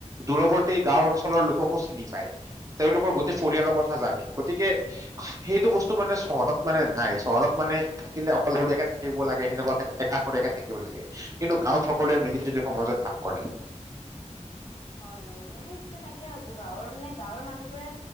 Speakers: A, on the right; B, on the left.
A: দূৰৱৰ্তী গাওঁ অঞ্চলৰ লোককো চিনি পায়। তেওঁলোকৰ গোটেই পৰিয়ালৰ কথা জানে। গতিকে সেইটো বস্তু মানে চহৰত মানে নাই। চহৰত মানে থাকিলে অকল শৰীয়াকে থাকিব লাগে সেনেকুৱাকে একাষৰীয়াকে থাকিব লাগে। কিন্তু গাঁৱত সকলোৱে মিলি জুলি সমাজত ভাগ কৰে।
B: হয় হয় মই সেইটোৱে তাকে ভাবোঁ গাঁৱৰ মানে গাঁৱৰ মানুহ মানুহবোৰে